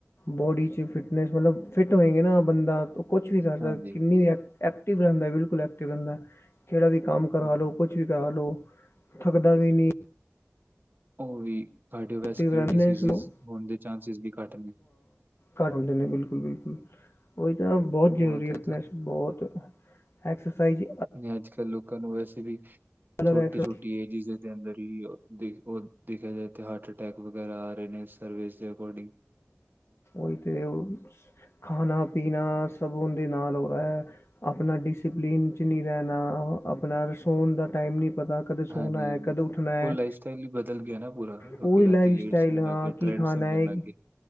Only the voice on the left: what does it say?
ਬੋਡੀ ਚ ਫਿਟਨਸ ਮਤਲਬ ਫਿੱਟ ਹੋਏਂਗੇ ਨਾ ਬੰਦਾ। ਕੁਛ ਵੀ ਕਰ ਸਕ
ਕਿੰਨੀ ਐਕ ਐਕਟਿਵ ਰੈਂਦਾ ਬਿਲਕੁਲ ਐਕਟਿਵ ਰੈਂਦਾ ਜੇੜਾ ਵੀ ਕੰਮ ਕਰਾ
ਲੋ ਕੁਛ ਜਿਤਾ ਲੋ ਥੱਕਦਾ ਵੀ ਨੀ।
ਐਕਟਿਵ ਰਹਿੰਦੇ
ਸੋ
ਘਰ ਹੂੰਦੇ ਨੇ ਬਿਲਕੁਲ-ਬਿਲਕੁਲ ਉਈ ਤੇ ਨਾ ਬੋਤ
ਜ਼ਰੂਰੀ
ਏ ਅਪਣੇ ਬੋਤ ਐਕਸਰਸਾਈਜ਼
ਅਲੱਗ
ਐਕਸਰ
ਓਈ ਤੇ ਓ ਖਾਣਾ-ਪੀਣਾ ਸਭ ਓਂਦੇ ਨਾਲ ਹੋਦਾ ਹੈ ਆਪਣਾ ਡਿਸੀਪਲੀਨ ਚ ਨਹੀਂ ਰੈਣਾ ਆਪਣਾ ਰਸੋਣ ਦਾ ਟਾਈਮ ਨੀ ਪਤਾ। ਕਦੇ ਸੋਣਾ
ਹੈ ਕਦੇ ਉੱਠਣਾ ਹੈ
ਪੂਰੀ
ਲਾਈਫ ਸਟਾਈਲ
ਹਾਂ
ਕੀ
ਖਾਣਾ
ਹੈ